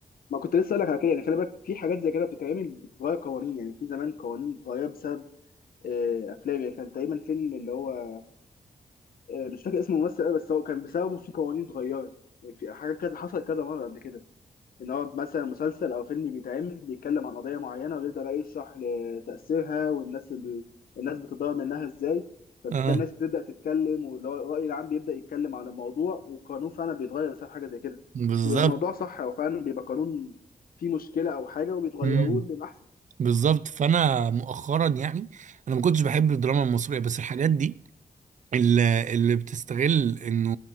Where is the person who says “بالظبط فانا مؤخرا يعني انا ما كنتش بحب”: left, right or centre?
Right